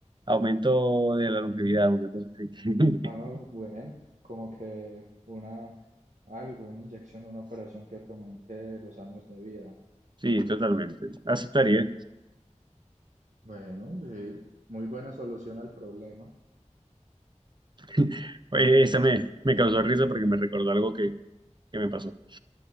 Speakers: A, on the right; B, on the right.
A: aumento de la longevidad,
B: Ujú.
A: una cosa así. <laughs>
B: Ah, bueno, como que una, algo, una inyección, una operación que te aumente los años de vida.
A: Sí, totalmente. Aceptaría.
B: Bueno, sí, muy buena solución al problema.
A: <laughs> Oye, esa me, me causó risa porque me recordó algo que, que me pasó.